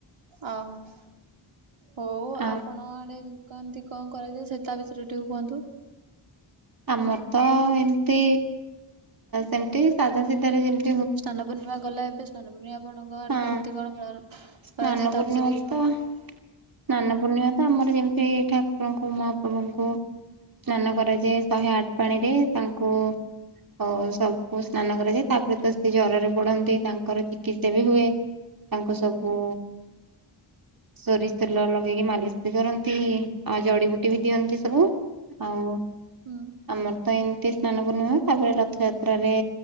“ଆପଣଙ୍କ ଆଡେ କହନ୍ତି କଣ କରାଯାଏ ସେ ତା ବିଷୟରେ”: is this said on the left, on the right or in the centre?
Right